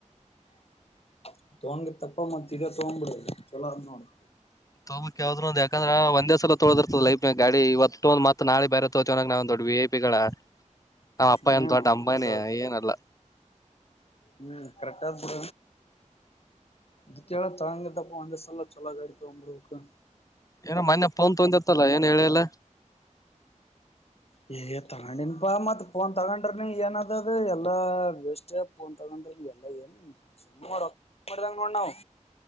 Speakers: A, on the left; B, on the left.
A: <inaudible> ತಗೊಂಡಗೆ ತಪ್ಪ ಮತ್ಗ ತಗೊಂಡ್ ಬಿಿಡ ಚಲೋ ಅದ ನೋಡಿ
B: ತೋಕ್ ಯಾವ್ದ್ ಒಂದ ಯಾಕಂದ್ರೆ ಒಂದೇ ಸಲ ತೋದರ್ತದ ಲೈಫ್ ಗಾ ಇವತ್ತು ಒಂದುತ್ತ್ತ ನಳೆ ಬರೆೋ ಚ ಜನಾಗ ನ ದೊಡ್ಡ ವಿ ಪಿಗಳ ನಾವ್ ಅಪ್ಪಂತ
A: ಹ್ಮ್
B: ದೊಡ್ಡ ಅಂಬಾನಿ
A: ಅದು
B: ಏನಲ್ಲ
A: ಹ್ಮ್ ಕರೆಕ್ಾ ಬಡ ಇಕ್ಕೆಳ ತಾಂಗದಪ್ಪ ಅಂದ ಸಲ್ಲ ಚೊಲಾಗ ಅಿತ ಉಂಗ
B: ಏನೋ ಮೊನ್ೆ ಪನ್ ತೊಂದಿತ್ತಲ್ಲ ಏನ್ ಹೇಳಿಯಲ್ಲ
A: ಹಾ ಹಗ ತಗೊಂಡನ್ಪಾ ಮತ್ತ್ ಪೋನ್ ತಗೊಂಡ್ರ ನೀ ಏನ ಅದದ ಎಲ್ಲಾ ವೇಸ್ಟ್ ಪೋನ್ ತಗೊಂಡ್ರಿ ಲ್ಲ ಸಮ್ಮ ಮಾಡ ಮಾಡ ನೋಣವು